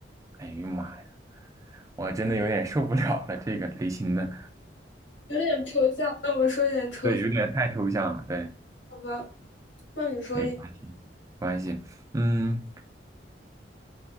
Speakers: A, on the right; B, on the left.
A: 哎呀妈！呀！我真的有点受不了了，这个类型的，
B: 有点抽象，那我们说一点抽象，
A: 对，有点太抽象了，对，
B: 好吧？那你说一
A: 没关系，没关系，嗯，